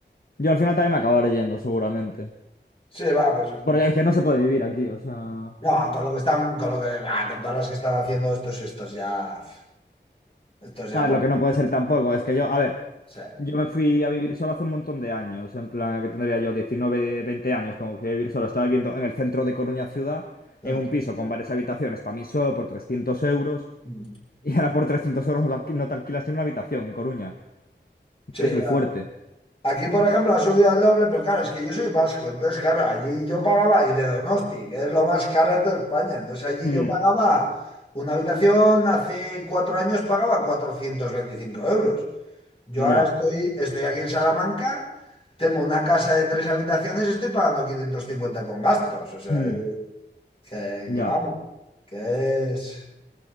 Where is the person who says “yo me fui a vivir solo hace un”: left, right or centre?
Left